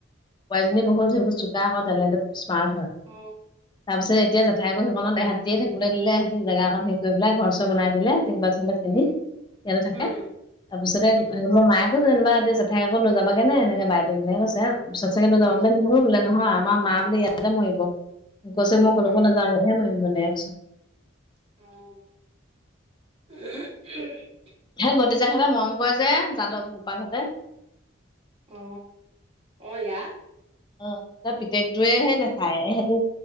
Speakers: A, on the left; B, on the right.
A: বোৱাৰি জনী বহুত সেইবোৰ চোকা আকৌ টেলেন্টত স্মাৰ্ট হয়
B: অ
A: তাৰপিছত এ এতিয়া জেঠাইকৌ সেইখনত তেহেতিয়ে থাকিবলে দিলে হেতি জেগা অকণ থিক কৰি পেলাই ঘৰ চৰ বনাই দিলে টিং পাত চিং পাত কিনি
B: উম
A: ইয়াতে থাকে
B: উম
A: তাৰপিছতে তেহেতবিলাকক
B: উম
A: মায়ে গৈ কিবা এতিয়া জেঠায়েকক লৈ যাবাগে নে এনেকে বাইদেউজনীয়ে কৈছে চ সচাকে লৈ
B: উম
A: যাবা বোলে নিনো বোলে নহয় হয় আমাৰ মা বোলে ইয়াতে মৰিব কৈছ মই কলৈকো
B: উম,
A: নাযাওঁ ইয়াততেহে মৰিম বোলে এনেকে কৈছে
B: অ
A: সিহঁত ভতিজাকহঁতে মৰম কৰে যে যাদৱ গোপালহঁতে।
B: অ অয়া
A: অ এ পিতেকটোৱে হে নাচায় এহেতি